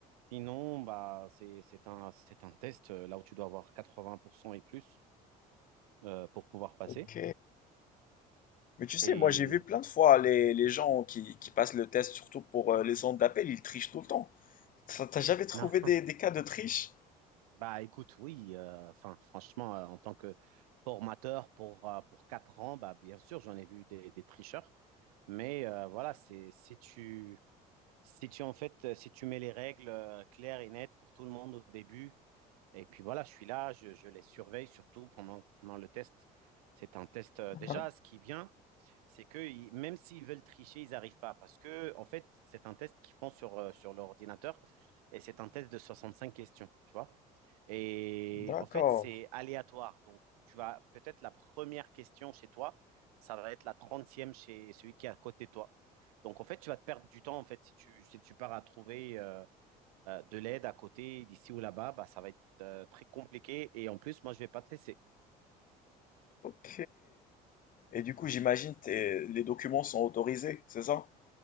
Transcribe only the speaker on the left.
ok. Mais tu sais,
moi j'ai vu plein de fois les, les gens qui, qui passent le test, surtout pour euh, les centres d'appel, ils trichent tout le temps. Ça, T'as jamais trouvé
des, des cas de triche?
Mhm.
D'accord,
ok. Et du coup, j'imagine t'es- les documents sont autorisés, c'est ça?